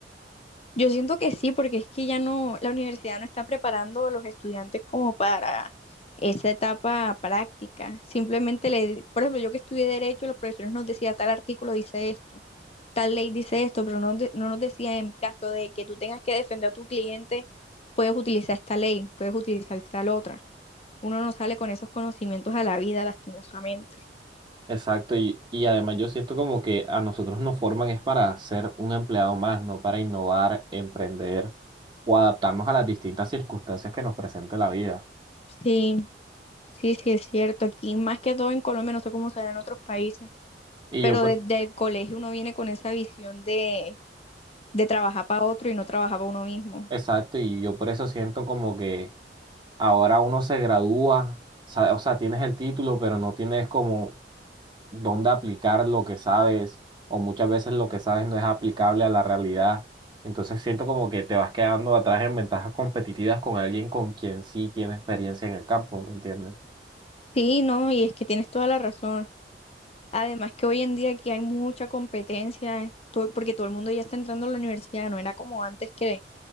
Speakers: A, on the left; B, on the right.
A: Yo siento que sí, porque es que ya no, la universidad no está preparando a los estudiantes como para esa etapa práctica. Simplemente le, por ejemplo, yo que estudié derecho, los profesores nos decían tal artículo dice esto, tal ley dice esto, pero no, de- no nos decía en caso de que tú tengas que defender a tu cliente, puedes utilizar esta ley, puedes utilizar tal otra. Uno no sale con esos conocimientos a la vida, lastimosamente.
B: Exacto, y, y además yo siento como que a nosotros nos forman es para ser un empleado más, no para innovar, emprender o adaptarnos a las distintas circunstancias que nos presente la vida.
A: Sí, sí, sí es cierto. Aquí más que todo en Colombia, no sé cómo será en otros países.
B: Y
A: pero
B: yo, por
A: desde el colegio uno viene con esa visión de, de trabajar para otro y no trabajar para uno mismo.
B: Exacto, y yo por eso siento como que ahora uno se gradúa, sa- o sea, tienes el título, pero no tienes como dónde aplicar lo que sabes, o muchas veces lo que sabes no es aplicable a la realidad. Entonces siento como que te vas quedando atrás en ventajas competitivas con alguien con quien sí tiene experiencia en el campo, ¿me entiendes?
A: Sí, no, y es que tienes toda la razón. Además que hoy en día aquí hay mucha competencia, to- porque todo el mundo ya está entrando a la universidad, no era como antes que,